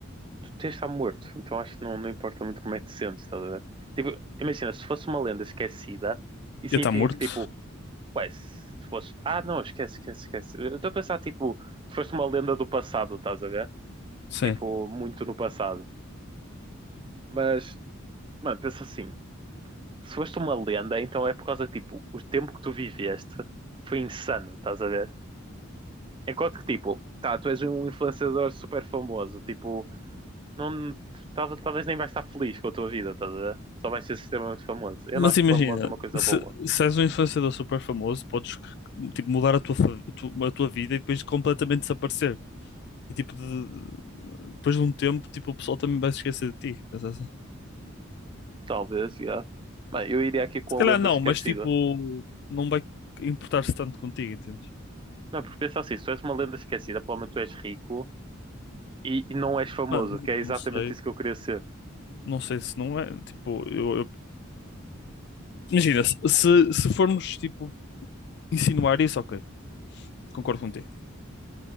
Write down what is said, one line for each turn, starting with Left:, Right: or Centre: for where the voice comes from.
Right: tu tens de estar morto, então acho que não, não importa muito como é que te sentes, estás a ver? Tipo, imagina, se fosse uma lenda esquecida, isso
Left: Ia
Right: significa
Left: estar morto?
Right: que, tipo, ué, se fosse. Ah, não, esquece, esquece, esquece. Eu estou a pensar, tipo, tu foste uma lenda do passado, estás a ver?
Left: Sim.
Right: Tipo, muito no passado. Mas, mano, pensa assim, se foste uma lenda, então é por causa, tipo, o tempo que tu viveste foi insano, estás a ver? Enquanto que, tipo, tá, tu és um influenciador super famoso, tipo não, talvez, talvez nem vais estar feliz com a tua vida, estás a ver? Só vais ser extremamente famoso. Eu
Left: Mas
Right: não acho
Left: imagina,
Right: que famoso é uma coisa
Left: se,
Right: boa.
Left: se és um influenciador super famoso, podes tipo, mudar a tua, fa- a tu- a tua vida e depois completamente desaparecer. E tipo, de- depois de um tempo, tipo, o pessoal também vai se esquecer de ti. Pensa assim.
Right: Talvez, já. Bem, eu iria aqui com
Left: Se calhar
Right: a lenda
Left: não,
Right: esquecida.
Left: mas tipo, não vai importar-se tanto contigo, entendes?
Right: Não, porque pensa assim, se tu és uma lenda esquecida, pelo menos tu és rico e, e não és famoso,
Left: Mano, não,
Right: que é exatamente
Left: não sei.
Right: isso que eu queria ser.
Left: Não sei se não é. Tipo, eu, eu- imagina, se, se se formos tipo, insinuar isso, ok, concordo contigo.